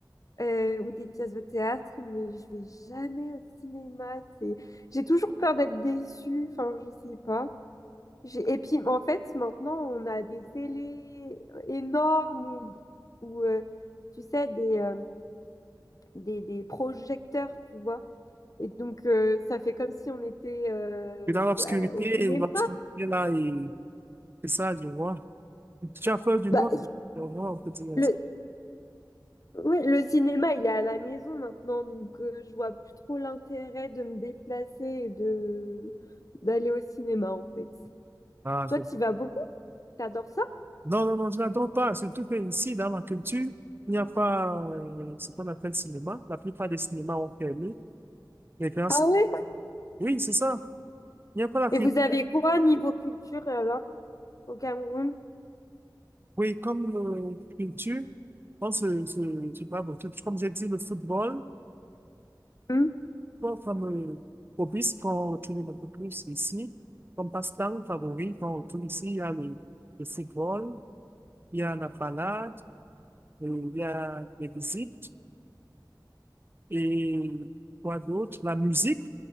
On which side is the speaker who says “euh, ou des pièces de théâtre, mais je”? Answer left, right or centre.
Left